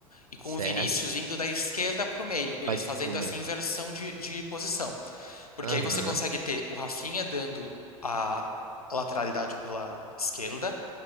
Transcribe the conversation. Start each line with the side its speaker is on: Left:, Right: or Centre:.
Left: e com
Right: certo?
Left: o Vinícius vindo da esquerda para o meio, eles
Right: Pode
Left: fazendo
Right: pro meio.
Left: essa inversão de, de posição. Porque
Right: Aham.
Left: aí você consegue ter o Rafinha dando a lateralidade pela esquerda